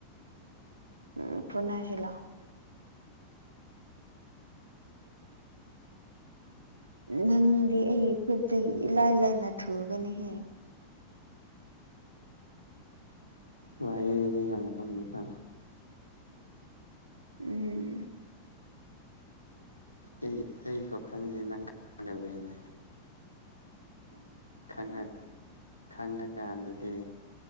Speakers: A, on the right; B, on the left.
A: ꯎꯝ ꯄꯨꯟꯅꯁꯤꯂ ꯅꯪꯗꯤ ꯑꯩ ꯈꯨꯠꯇꯒꯤ ꯂꯥꯏ ꯂꯥꯏꯅ ꯊꯨꯒꯅꯤ ꯍ
B: ꯋꯥꯦꯗꯤ ꯌꯥꯝꯃꯤꯀ
A: ꯎꯝ
B: ꯑꯩ ꯑꯩ ꯀꯀꯜꯁꯦ ꯅꯪꯗꯕꯅꯦ ꯈꯪ ꯈꯪꯉꯀꯥꯟꯗꯗꯤ